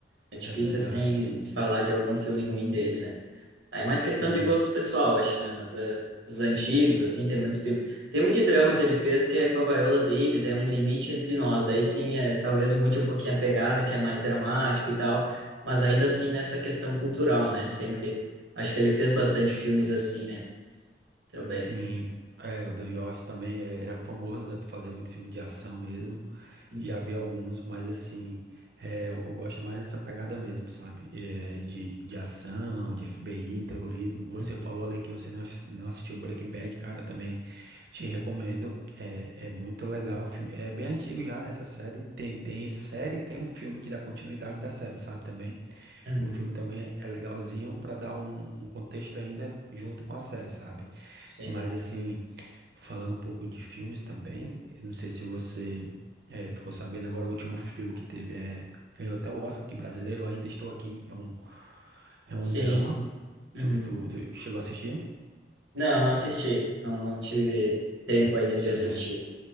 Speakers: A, on the right (about 85°); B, on the right (about 60°).
A: É difícil,
B: É verdade,
A: assim,
B: sim.
A: falar de algum filme ruim dele, né? Aí é mais
B: Sim,
A: questão de gosto pessoal, acho, né? Mas é, os antigos, assim, tem muitos filmes. Tem um de drama que ele fez que é com a Viola Davis, é Um Limite Entre Nós. Daí sim, é, talvez mude um pouquinho a pegada, que é mais dramático e tal. Mas ainda assim, nessa questão cultural, né? Sempre. Acho que ele fez bastante filmes assim, né? Também.
B: sim. É, o Dan Jorge também é, é famoso, né, por fazer muito filme de ação mesmo.
A: Uhum,
B: Já vi alguns, mas assim, é, eu eu gosto mais nessa pegada mesmo, sabe? É, de, de ação, de FBI, terrorismo. Você
A: uhum,
B: falou ali que você não, ass- não assistiu Breaking Bad, cara, também te recomendo. É, é muito legal, é um filme. É bem antigo já nessa série. Tem, tem série, tem um filme que dá continuidade da série, sabe? Também.
A: uhum.
B: O filme também é legalzinho para dar um, um contexto ainda junto com a série, sabe?
A: Sim,
B: Mas assim, falando um pouco de filmes também, eu não sei se você eh, ficou sabendo agora, o último filme que teve é, ganhou até o Oscar, que brasileiro ainda estou aqui. É um, é um
A: sim,
B: drama.
A: sim. Uhum.
B: Tu, tu- tu chegou a assistir?
A: Não, não assisti. Não, não tive tempo
B: Não assistiu,
A: ainda de assistir.
B: né?